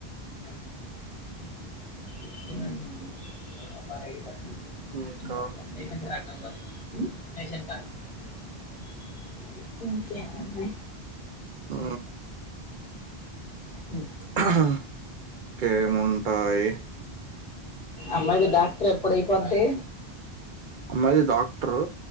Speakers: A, on the left; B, on the right.
A: ఇస <unintelligible>
B: ఇంకా
A: ఇంకేముంది
B: ఆ
A: ఉమ్
B: ఇంకేముంటాయి
A: అమ్మాయిది డాక్టర్ ఎప్పుడయిపోద్ది.
B: అమ్మది డాక్టరు